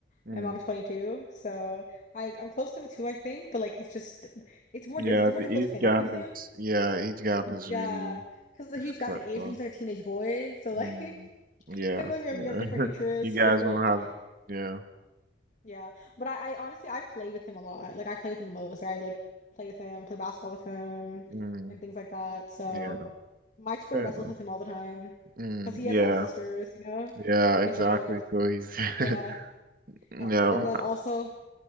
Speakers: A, on the right; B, on the left.
A: Mm.
B: and I'm 22, so I I'm close to him too, I think. But like, it's just it's more
A: Yeah,
B: it's more
A: the
B: difficult
A: age
B: to connect
A: gap
B: with him.
A: is yeah, age gap is
B: Yeah,
A: really
B: because there's a huge gap
A: quite
B: in age,
A: far.
B: and he's like a teenage boy, so like
A: Mm.
B: <laughs> I
A: Yeah,
B: feel like we have,
A: yeah.
B: we have different
A: <laughs>
B: interests,
A: You guys
B: different
A: don't have yeah.
B: yeah, but I, I honestly I play with him a lot. Like I play with him the most. Like, I like play with him, play basketball with him,
A: Mm.
B: and things like that. So
A: Yeah.
B: my twin
A: Fair
B: wrestles
A: enough.
B: with him all the time
A: Mm.
B: because he
A: Yeah.
B: has all sisters. You know,
A: Yeah, exactly.
B: he has no brothers.
A: So he's,
B: Yeah,
A: <laughs> you
B: and
A: know,
B: and then also